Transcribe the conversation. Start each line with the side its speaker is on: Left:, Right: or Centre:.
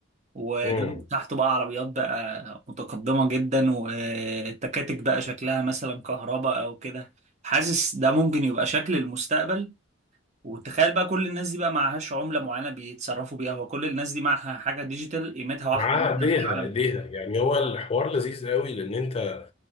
Right: وجنب
Left: ده
Right: تحته بقى عربيات بقى متقدمة جدا والتكاتك بقى شكلها مثلا كهرباء او كده حاسس ده ممكن يبقى شكل المستقبل وتخيل بقى كل الناس دي بقى معهاش عملة معينة بيتصرفوا بيها وكل الناس دي معها حاجة ديجيتال قيمتها واحدة
Left: معاه
Right: مثلا
Left: ايديها
Right: في العالم
Left: ايديها يعني هو الحوار لذيذ قوي لان انت